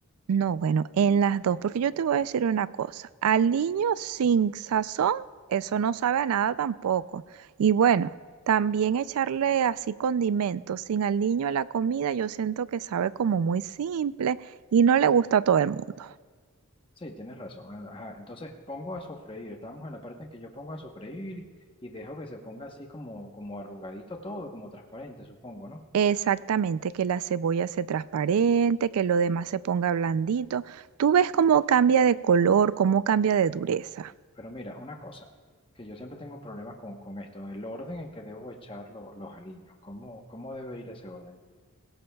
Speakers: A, on the right (about 75°); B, on the left (about 25°).
A: no, bueno, en las dos, porque yo te voy a decir una cosa, aliño sin sazón, eso no sabe a nada tampoco. Y bueno, también echarle así condimentos sin aliño a la comida, yo siento que sabe como muy simple y no le gusta a todo el mundo.
B: Sí, tienes razón. eh, Ajá, entonces pongo a sofreír. Estamos en la parte en que yo pongo a sofreír y dejo que se ponga así como, como arrugadito todo, como transparente, supongo, ¿no?
A: Exactamente, que la cebolla se transparente, que lo demás se ponga blandito. Tú ves cómo cambia de color, cómo cambia de dureza.
B: Pero mira, una cosa, que yo siempre tengo problemas con, con esto, el orden en que debo echar lo- los aliños, ¿cómo, cómo debe ir ese orden?